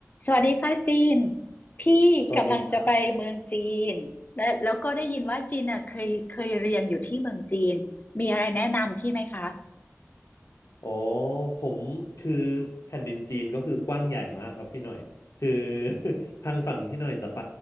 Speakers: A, on the left; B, on the left.
A: สวัสดีค่ะจีนพี่กำลังจะไปเมืองจีนและแล้วก็ได้ยินว่าจีนอ่ะเคยเคยเรียนอยู่ที่เมืองจีนมีอะไรแนะนำพี่ไหมคะ
B: สวัสดีครับอ๋อผมคือแผ่นดินจีนก็คือกว้างใหญ่มากครับพี่หน่อยคือ <laughs> ทางฝั่งพี่หน่อยจะไป